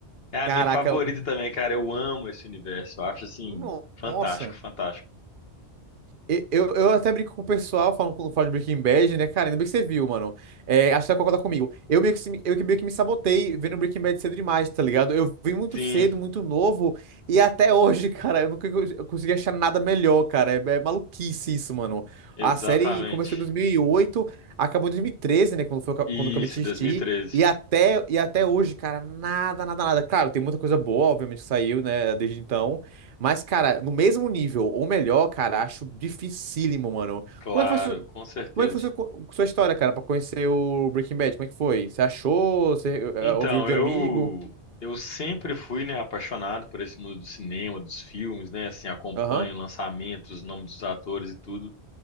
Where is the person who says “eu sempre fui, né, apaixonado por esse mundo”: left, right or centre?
Left